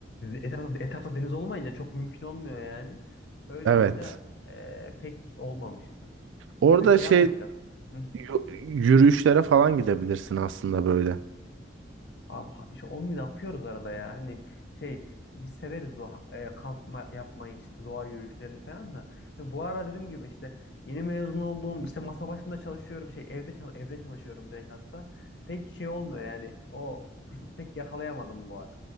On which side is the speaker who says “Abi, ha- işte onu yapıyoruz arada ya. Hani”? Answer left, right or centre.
Left